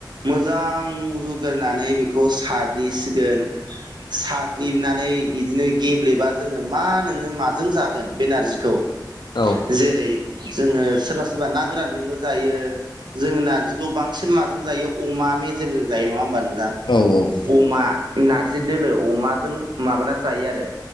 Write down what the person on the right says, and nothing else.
मोजां रुग्रोनानै बेखौ साग्लिसिगोन साग्लिनानै बिदिनो गेब्लेबा जोङो मा नोङो माजों जागोन बेनारजिखौ
जेरै जोङो सोरबा सोरबा ना गोरानजोंबो जायो जोङो नारजि गो बांसिन माजों जायो अमा मेजेमजों जायो नङा होमबा नोंथां
अमा नारजि दोलो अमाजों माबाना जायो आरो